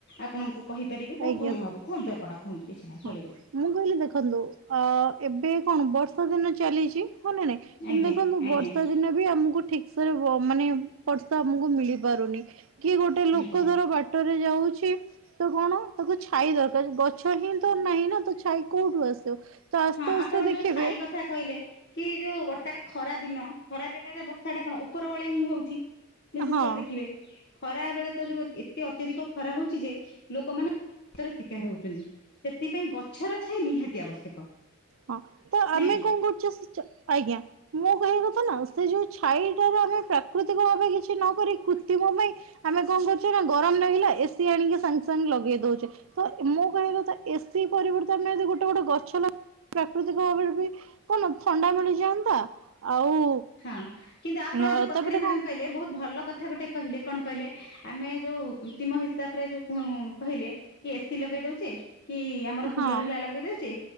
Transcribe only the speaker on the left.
ଆପଣଙ୍କୁ କହିପାରିବି ବହୁତ
ଭଲ ହବ। କୁହନ୍ତୁ ଆପଣ କୁହନ୍ତୁ କିଛିନାହିଁ
ଚଳିବ।
ଆଜ୍ଞା
ଆଜ୍ଞା
ଆଜ୍ଞା
ହଁ
ଆପଣ ଯୋଉ
ଛାଇ କ ଥା କହିଲେ କି ଯୋଉ ବର୍ଷାଟା ଖରା ଦିନ ଖରା ଦିନରେ ବର୍ଷା ଟା କଣ ଉପର ଓଳିହିଁ ହଉଛି। ବିଶେଷ
କରି ଦେଖିବେ। ଖରାବେଳେ ତ ଯୋଉ ଏତେ ଅତ୍ୟଧିକ ଖରା ହଉଛି ଯେ ଲୋକମାନେ <unintelligible> ଶିକାର ହଉଛନ୍ତି। ସେଥିପାଇଁ ଗଛର ଛାଇ ନିହାତି ଆବଶ୍ୟକ।
ନାଇଁ କି?
ହଁ କିନ୍ତୁ ଆପଣ
ଯୋଉ କଥାଟା
ମ୍ୟାଡାମ
କହିଲେ ବହୁତ ଭଲ କଥା ଗୋଟେ କହିଲେ କଣ କହିଲେ ଆମେ ଯୋଉ କୁତ୍ରିମ ହିସାବରେ ଯୋଉ କହିଲେ। କି ଏସିି ଲଗେଇ ଦଉଚି କି ଆମର
କୁଲର ହେଲା ଲଗେଇ ଦଉଚି